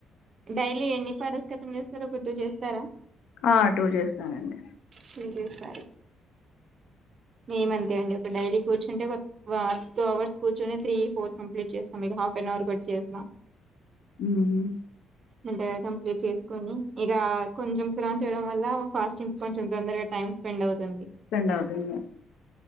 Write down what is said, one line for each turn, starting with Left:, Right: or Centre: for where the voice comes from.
Right: డైలీ ఎన్ని పరస్ కతం చేస్తారూ ఒక టూ చేస్తారా
Left: ఆ టూ చేస్తానండి
Right: త్రీ చేస్తారు మేమతే అండి ఒక డైలీ కూర్చుంటే ఒక టూ అవర్స్ కూర్చుని త్రీ ఫోర్త్ కంప్లీట్ చేస్తాం హాఫ్ అన్ అవర్ ఒకటి చేసిన
Left: ఉమ్
Right: అంటే కంప్లీట్ చేసుకొని ఇగా కొంచెం ఖురాన్ చేయడం వల్ల ఫాస్టింగ్ కొంచెం తొందరగా టైం స్పెండ్ అవుతుంది
Left: స్పెండ్ అవుతుంది